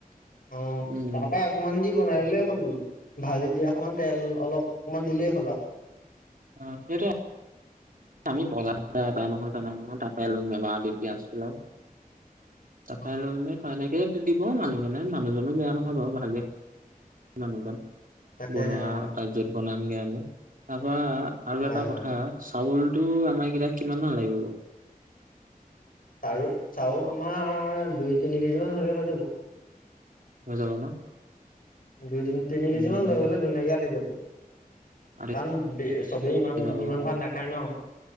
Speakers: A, on the left (about 70°); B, on the right (about 65°).
A: অ
B: উম
A: তাৰ পৰা অকমান দি বনাইেই হ'ল ভাজি দিয়া সমান তেল অলপ অকমান দিলেই হ'ল আৰু
B: অ সেইটোই আমি বজাৰ এ নহয় জানা নহয় তাৰ পৰাই লম আলু পিয়াজ পলাও
A: আৰু
B: তাই লে ক নেক দিব মানুহজনে মানুহজনো বেয়া নহয় বাৰু ভালেই মানুহজন
A: তাকেহে
B: বনোৱা
A: অ
B: তাত যত বনামগে আমি তাৰ পৰা আৰু
A: হয়
B: এটা
A: হয়
B: কথা চাউলটো আমাৰ কেইটা কিমান মান লাগিব
A: চাল চাউল আমাৰ দুই তিনি কেজি মান হলে হৈ যাব
B: হৈ যাব ন
A: দুই তি তিনি কেজি
B: উম
A: মান লৈ গ'লে ধুনীয়াকে আটি যাব
B: আৰু
A: কাৰণ চবেই ইমান
B: যাব অ
A: ইমান ভাত নাখায় ন